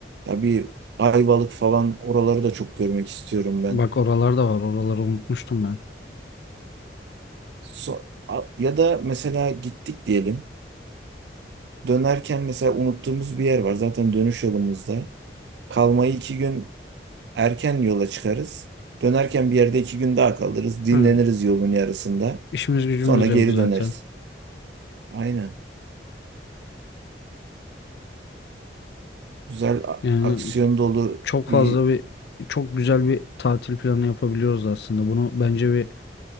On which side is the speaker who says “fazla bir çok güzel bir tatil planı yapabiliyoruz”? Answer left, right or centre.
Left